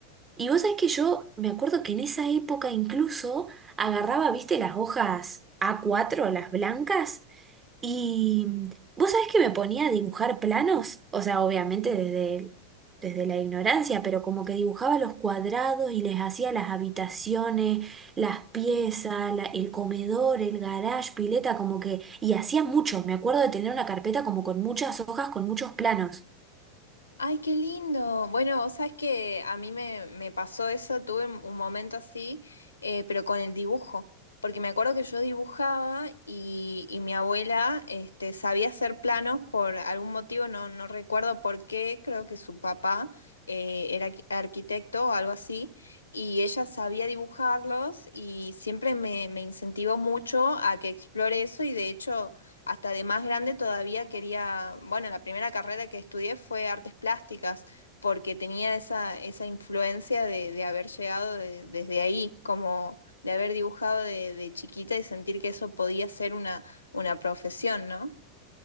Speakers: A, on the right (about 20°); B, on the left (about 75°).
A: Y vos sabés que yo me acuerdo que en esa época incluso agarraba, viste, las hojas a cuatro las blancas, y vos sabés que me ponía a dibujar planos, o sea, obviamente desde, desde la ignorancia, pero como que dibujaba los cuadrados y les hacía las habitaciones, las piezas, la- el comedor, el garage, pileta, como que, y hacía muchos, me acuerdo de tener una carpeta como con muchas hojas, con muchos planos.
B: Ay, qué lindo. Bueno, vos sabés que a mí me, me pasó eso, tuve un un momento así, eh, pero con el dibujo, porque me acuerdo que yo dibujaba y, y mi abuela este, sabía hacer planos por algún motivo, no, no recuerdo por qué, creo que su papá eh, era arqui- arquitecto o algo así, y ella sabía dibujarlos y siempre me, me incentivó mucho a que explore eso y de hecho hasta de más grande todavía quería, bueno, la primera carrera que estudié fue artes plásticas, porque tenía esa, esa influencia de, de haber llegado de- desde ahí, como de haber dibujado de, de chiquita y sentir que eso podía ser una, una profesión, ¿no?